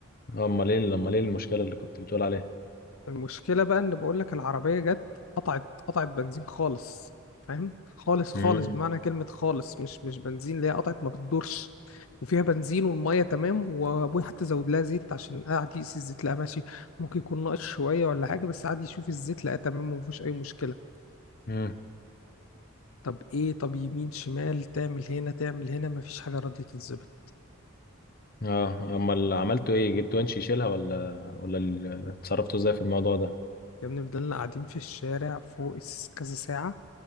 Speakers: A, on the left; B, on the left.
A: امال ايه امال ايه المشكله اللي كنت بتقول عليها
B: المشكلة بقى ان بقول لك العربية جت قطعت قطعت بنزين خالص فاهم خالص خالص
A: امم
B: بمعنى كلمة خالص مش مش بنزين اللي هي قطعت ما بتدورش وفيها بنزين والمية تمام وابوي حتى زود لها زيت عشان قاعد يقيس الزيت لقى ماشي ممكن يكون ناقص شوية ولا حاجة بس قاعد يشوف الزيت لقى تمام ومفيش أي مشكلة
A: امم
B: طب ايه طب يمين شمال تعمل هنا تعمل هنا مفيش حاجة راضية تتظبط
A: اه امال عملتوا ايه جبتوا ونش يشيلها ولا ولا ال- اتصرفتوا ازاي في الموضوع ده
B: يا ابني فضلنا قاعدين في الشارع فوق الس- كذا ساعة